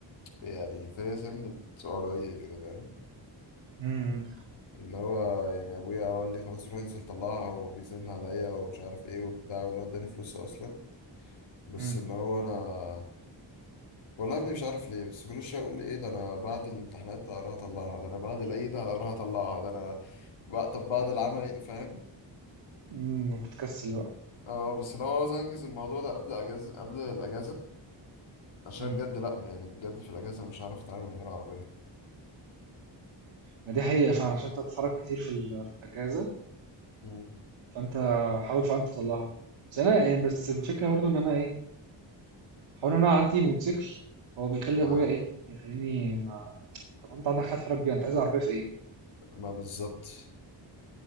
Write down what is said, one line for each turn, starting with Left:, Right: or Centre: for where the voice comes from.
Left: يعني في سنة علوية كده فاهم
Right: امم
Left: اللي هو يعني ابويا قال لي خلاص روح انزل طلعها وبيزن عليا ومش عارف ايه وبتاع واللي هو اداني فلوس اصلا بس
Right: امم
Left: اللي هو انا والله يا ابني مش عارف ليه بس كل شويه اقول ايه ده انا بعد الامتحانات هروح اطلعها ده انا بعد العيد هروح اطلعها ده انا بقى طب بعد العمل فاهم
Right: امم بتكسل بقى
Left: اه بس لو عاوز انجز الموضوع ده قبل اجازه قبل الاجازه عشان
Right: امم
Left: بجد لا يعني بجد في الاجازه مش عارف اتعامل من غير عربيه
Right: ما دي حقيقة فعلا عشان انت بتتحرك كتير في ال- في الاجازة
Left: مم.
Right: فانت حاول فعلا تطلعها بس انا يعني بس الفكرة برضو ان انا ايه حوار ان انا عندي موتوسيكل هو بيخلي
Left: اه
Right: ابويا ايه يخليني ما... طب انت عندك حد تحرك بيها انت عايز عربية في ايه
Left: ما بالظبط